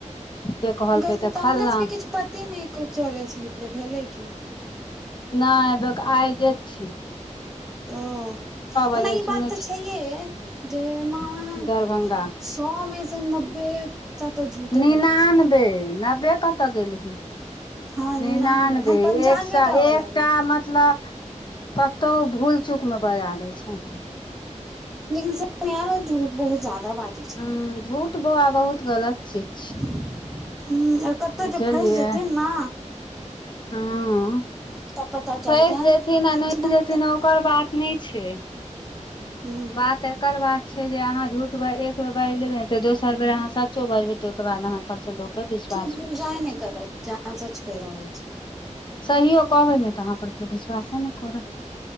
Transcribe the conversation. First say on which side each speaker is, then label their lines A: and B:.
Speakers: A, on the left; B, in the centre.
A: के कहलकै
B: हुनका सबके
A: तऽ फलना
B: हुनका सबके किछु पते नहि क चलै छैन जे भेलै कि
A: नहि आइ जेथि
B: ओ
A: बजे
B: ओना ई
A: सुनै
B: बात तऽ छैहे जे मामा
A: छी दरभंगा
B: सौ मे सँ नब्बे टा तऽ झूठे
A: निन्यानबे
B: बाजै छै
A: नब्बे कतऽ गेलही
B: हँ
A: निनानबे
B: हम पंचानबे
A: एक सए
B: कहवला
A: एकटा
B: रहियै
A: मतलब कतहु भूल चूकमे बजा दै छै
B: लेकिन <unintelligible> यारो झूठ बहुत ज्यादा बाजे छथिन
A: हूँ
B: <unintelligible>
A: झूठ बौआ बहुत गलत चीज छै
B: हूंम्म आर कतहु
A: बुझलियै
B: जे फँसि जेथिन ने
A: हँ
B: तब पता
A: फँसि
B: चलतैन
A: जेथिन आ नहि
B: जेनाते
A: जेथिन ओकर बात नहि छै
B: ह
A: बात एकर बात छै जे अहाँ झूठ ब एक बेर बाजि लेबे ने तऽ दोसर बेर अहाँ सचो बाजबे तऽ तहिके बाद अहाँ पर से लोक के विश्वास
B: केओ भरोसा
A: उठि जेतै
B: नहि करत जे अहाँ सच कहि रहल छी
A: सहियो कहबे ने तऽ अहा पर केओ विश्वासे ने करत